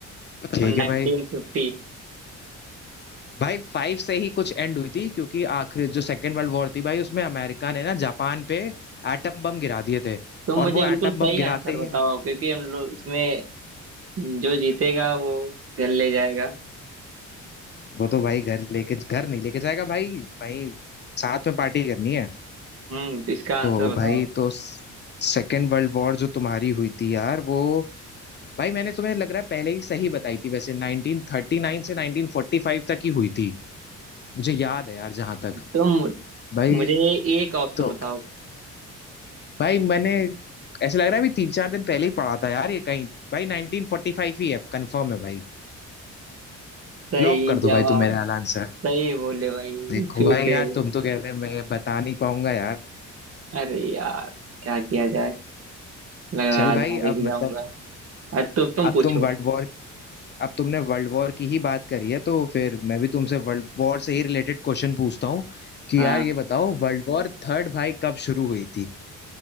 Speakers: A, on the left; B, on the right.
A: ठीक
B: और 1950
A: है भाई भाई फाइव से ही कुछ एंड हुई थी क्योंकि आखिर जो सेकेंड वर्ल्ड वॉर थी भाई उसमें अमेरिका ने ना जापान पे एटम बम गिरा दिए थे
B: तो मुझे
A: और वो एटम
B: बिल्कुल सही
A: बम गिराते
B: आंसर बताओ
A: ही
B: क्योंकि हम लोग इसमें जो जीतेगा वो घर ले जाएगा
A: वो तो भाई घर लेके घर नहीं लेके जाएगा भाई भाई साथ में पार्टी करनी है
B: हम्म तो इसका आंसर
A: तो
B: बताओ
A: भाई तो सेकेंड वर्ल्ड वॉर जो तुम्हारी हुई थी यार वो भाई मैंने तुम्हें लग रहा है पहले ही सही बताई थी वैसे 1939 से 1945 तक ही हुई थी मुझे याद है यार जहां तक
B: तुम
A: भाई
B: मुझे एक ऑप्शन
A: तो
B: बताओ
A: भाई मैंने ऐसे लग रहा है अभी तीन चार दिन पहले ही पढ़ा था यार ये कहीं भाई 1945 ही है कंफर्म है भाई
B: सही
A: लॉक कर
B: जवाब
A: दो भाई तुम मेरा एलान सर
B: सही बोले भाई
A: देखो
B: फिर
A: भाई
B: से
A: यार तुम तो कहते हैं मैं बता नहीं पाऊंगा यार
B: अरे यार क्या किया जाए लग रहा
A: चल
B: है आज
A: भाई
B: हारे
A: अब
B: के जाऊंगा
A: मतलब
B: आज तो तुम
A: अब
B: पूछो
A: तुम वर्ल्ड वॉर अब तुमने वर्ल्ड वॉर की ही बात करी है तो फिर मैं भी तुमसे वर्ल्ड वॉर से ही रिलेटेड क्वेश्चन पूछता हूँ कि
B: हाँ
A: यार ये बताओ वर्ल्ड वॉर थर्ड भाई कब शुरू हुई थी